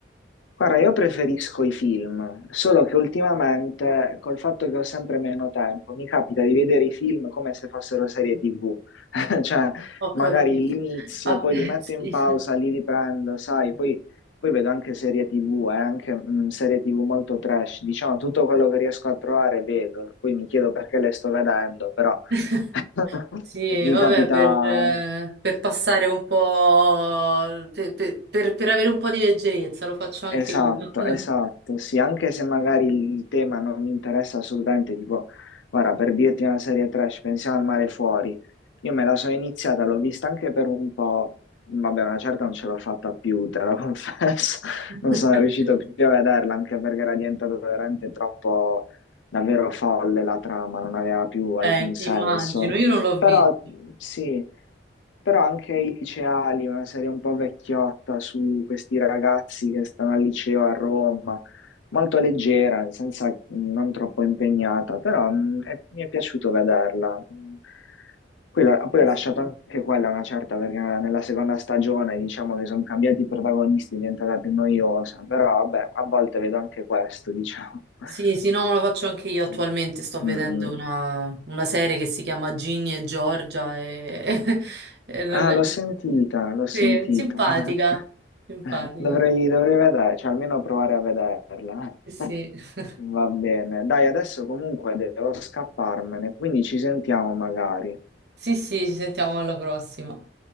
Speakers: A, on the left (about 85°); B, on the right (about 60°).
A: Guarda, io preferisco i film, solo che ultimamente, col fatto che ho sempre meno tempo, mi capita di vedere i film come se fossero serie TV. <laughs> Cioè,
B: Ho
A: magari
B: capito.
A: l'inizio,
B: Ah,
A: poi
B: <laughs>
A: li metto
B: sì.
A: in pausa, li riprendo, sai, poi, poi vedo anche serie TV, eh, anche mm, serie TV molto trash. Diciamo, tutto quello che riesco a trovare vedo, poi mi chiedo perché le sto vedendo, però
B: <laughs>
A: <laughs>
B: Sì,
A: mi
B: vabbè,
A: capita
B: per, eh, per passare un po', per, per- per- per avere un po' di leggerezza, lo faccio anche
A: Esatto,
B: io.
A: esatto, sì, anche se magari il tema non mi interessa assolutamente, tipo, guarda, per dirti una serie trash, pensiamo al mare fuori, io me la sono iniziata, l'ho vista anche per un po', vabbè, una certa non ce l'ho fatta più, te lo <laughs> confesso,
B: <laughs>
A: non sono riuscito più a vederla, anche perché era diventata veramente troppo, davvero folle la trama, non aveva più alcun
B: Eh,
A: senso,
B: immagino, io non l'ho
A: però
B: visto.
A: sì. Però anche i liceali, una serie un po' vecchiotta su questi ragazzi che stanno al liceo a Roma, molto leggera, nel senso mh, non troppo impegnata, però mh, è- mi è piaciuto vederla. Mh, Poi, l'ho- poi
B: Sì,
A: ho lasciato
B: sì,
A: anche quella una certa perché nella seconda stagione diciamo che sono cambiati i protagonisti, è diventata più noiosa, però vabbè, a volte vedo anche questo, diciamo. <laughs>
B: Sì, sì, no, ma lo faccio anche io attualmente.
A: Mm.
B: Sto vedendo
A: Mm, mm.
B: una, una serie che si chiama Ginny e Giorgia. E... <laughs> e non
A: Ah,
B: è-
A: l'ho sentita, l'ho sentita.
B: Sì, simpatica,
A: <laughs>
B: simpatica.
A: Dovrei, dovrei vedere, cioè almeno provare a vederla.
B: Sì, sì,
A: <laughs> Va bene. Dai, adesso comunque devo scapparmene, quindi ci sentiamo magari.
B: sì, sì, ci sentiamo alla prossima.